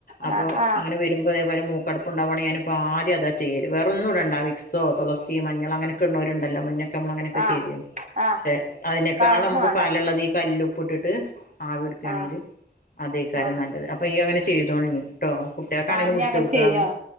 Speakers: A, on the left; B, on the right.
A: അപ്പോ
B: ആ ആ
A: അങ്ങനെ വരുമ്പോ ഇതേ പോലെ മൂ കടപ്പുണ്ടാവാണെല് ഞാന് ഇപ്പോ ആദ്യം അതാ ചെയ്യല് വേറെ ഒന്നും ഇടണ്ട വിക്സോ തുളസി മഞ്ഞൾ അങ്ങനെ ഒക്കെ ഇട്ണോല് ഉണ്ടല്ലൊ മുന്നേ ഞമ്മളങ്ങനെക്കെ
B: ആ
A: ചെയ്തീന്നു
B: ആ
A: പക്ഷെ അതിനേക്കാളമ്മക്ക്
B: ആ ഒന്നും വേണ്ട
A: ഫലള്ളത് ഈ കല്ലുപ്പ് ട്ട്ട്ട് ആവിട്ക്കാണെങ്കില്
B: ആ
A: അതേക്കാരം
B: ആ
A: നല്ലത് അപ്പ ഇയ്യുങ്ങനെ ചെയ്തോൾനി ട്ടോ കുട്ട്യാക്കാണെലും
B: ആ ഇനി
A: പുടിച്ചൊട് ക്കാ
B: ചെയ്യ
A: അങ്ങനെ